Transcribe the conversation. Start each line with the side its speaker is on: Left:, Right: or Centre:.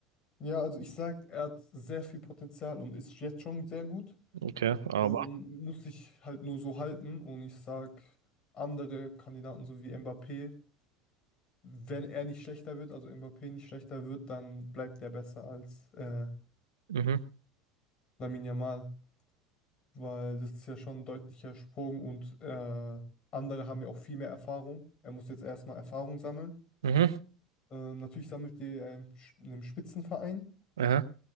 Left: ja, also ich sag, er hat sehr viel Potenzial und ist jetzt schon sehr gut.
Right: Okay, aber.
Left: Ähm, muss sich halt nur so halten und ich sag, andere Kandidaten, so wie Mbappé, wenn er nicht schlechter wird, also Mbappé nicht schlechter wird, dann bleibt er besser als äh,
Right: Mhm,
Left: Lamine Yamal, weil das ist ja schon ein deutlicher Sprung und äh, andere haben ja auch viel mehr Erfahrung. Er muss jetzt erstmal Erfahrung sammeln.
Right: mhm,
Left: Ähm, natürlich sammelt er ja in einem Spitzenverein,
Right: aha,